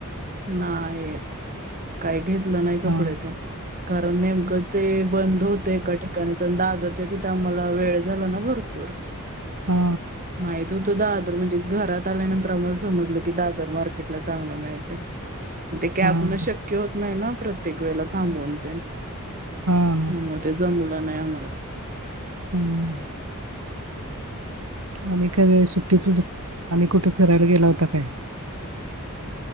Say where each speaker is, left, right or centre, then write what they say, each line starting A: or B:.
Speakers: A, on the right; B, on the right.
A: नाहीय काय घेतल नाही कपडे
B: हा
A: ते. कारण नेमकं ते बंद होत एका ठिकाणी तर दादरच्या तिथे आम्हाला वेळ झाला ना भरपूर.
B: हा
A: माहित होत दहादर म्हणजे घरात आल्यानंतर आम्हाला समजल की दादर मार्केटला चांगला मिळतय. ते कॅब
B: हा हा
A: न शक्य होत नाही ना प्रत्येक वेळेला थांबून ते.
B: हा
A: ह मग ते जमल नाही आम्हाला.
B: हम्. आणि काय सुट्टीतूतून आणि कुठे फिरायला गेला होता काय?